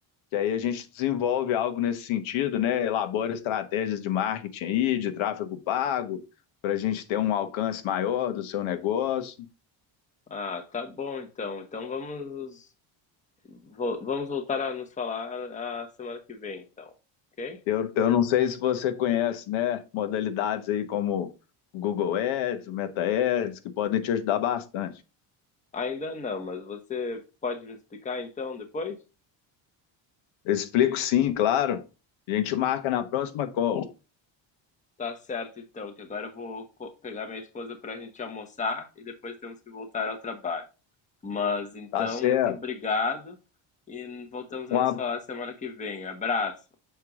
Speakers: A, on the left (about 80°); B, on the left (about 15°).
A: Que aí a gente desenvolve algo nesse sentido, né? Elabora estratégias de marketing aí, de tráfego pago, para a gente ter um alcance maior do seu negócio.
B: Ah, tá bom então. Então vamos vo- vamos voltar a nos falar a semana que vem, então, ok?
A: Eu, eu não sei se você conhece, né? Modalidades aí como o Google Ads, o Meta Ads, que podem te ajudar bastante.
B: Ainda não, mas você pode me explicar então depois?
A: Eu explico sim, claro. A gente marca na próxima call.
B: Tá certo então, que agora eu vou co- pegar minha esposa pra gente almoçar e depois temos que voltar ao trabalho. Mas então,
A: Tá certo.
B: muito obrigado e voltamos a
A: Um,
B: nos falar semana que vem. Abraço.